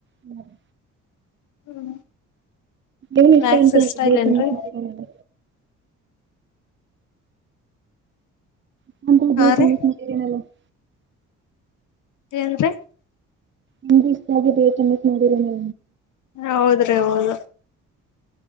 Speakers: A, on the right; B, on the left.
A: ಹ್ಮ <inaudible>
B: ಹ್ಮ್,
A: ಏನ್
B: ಮ್ಯಾಕ್ಸ್
A: ಅಂತ
B: ಇಷ್ಟ
A: ಬಿ
B: ಇಲ್ಲೇನ್ರಿ
A: ಎಸ್ ಎಂ ಎಸ್ ಮಾಡಿರನಲ್ಲ <inaudible>
B: ಹಾ ರೀ <unintelligible>
A: ನಿಮಗೆ ಇಷ್ಟ ಆಗ್ಬೇಕ <unintelligible>
B: ಹೌದ್ರೀ, ಹೌದು